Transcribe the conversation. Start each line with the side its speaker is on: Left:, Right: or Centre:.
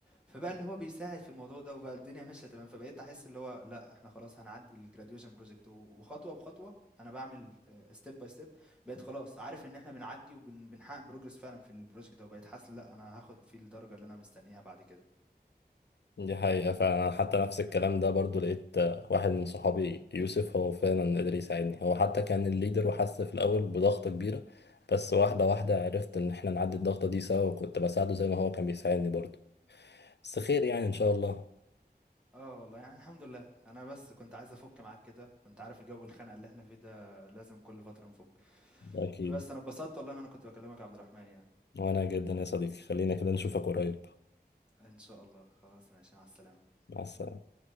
Centre: فبقى اللي هو بيساعد في الموضوع ده وبقى الدنيا <laughs> ماشيه تمام فبقيت احس اللي هو لا احنا خلاص هنعدي الجراديويشن بروجكت وخطوه بخطوه انا بعمل ستيب باي ستيب بقيت خلاص عارف ان احنا بنعدي وبنحقق بروجرس فعلا في البروجكت ده وبقيت حاسس لا انا هاخد فيه الدرجه اللي انا مستنيها بعد كده
Left: دي حقيقة فعلا أنا حتى نفس الكلام ده برضو لقيت آه، واحد من صحابي يوسف هو فعلا قدر يساعدني هو حتى كان الليدر وحس في الأول بضغطة كبيرة بس واحدة واحدة عرفت إن إحنا نعدي الضغطة دي سوا وكنت بساعده زي ما هو كان بيساعدني برضو بس خير يعني إن شاء الله
Centre: آه والله يعني الحمد لله، أنا بس كنت عايز أفُك معاك كده، وأنت عارف الجو الخانقة اللي إحنا فيه ده لازم كل فترة نفُك،
Left: أكيد
Centre: فبس أنا اتبسطت والله إن أنا كنت باكلمك يا عبد الرحمن يعني،
Left: وأنا جدا يا صديقي خلينا كده نشوفك قريب
Centre: إن شاء الله، خلاص ماشي مع السلامة.
Left: مع السلامة